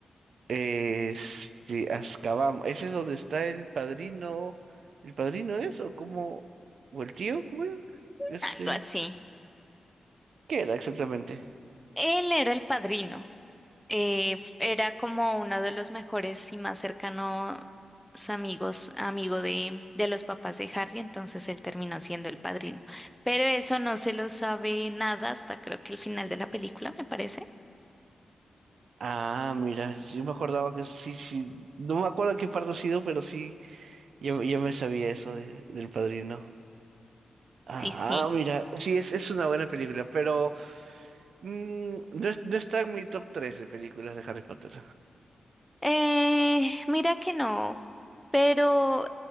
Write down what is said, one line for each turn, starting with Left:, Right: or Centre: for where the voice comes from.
Right: Este, Azkaban, ¿ese es donde está el padrino? ¿El padrino es o cómo? ¿O el tío? ¿Cómo era? Este,
Centre: Algo así.
Right: ¿qué era exactamente?
Centre: Él era el padrino Eh, f- era como uno de los mejores y más cercanos amigos, amigo de, de los papás de Harry, entonces él terminó siendo el padrino. Pero eso no se lo sabe nada hasta creo que el final de la película, me parece.
Right: Ah, mira, yo me acordaba que sí, sí, no me acuerdo qué parte ha sido, pero sí, yo, yo me sabía eso de- del padrino. Ah,
Centre: Sí, sí.
Right: mira, sí, es, es una buena película, pero mm, no, es- no está en mi top 3 de películas de Harry Potter.
Centre: Eh, mira que no, pero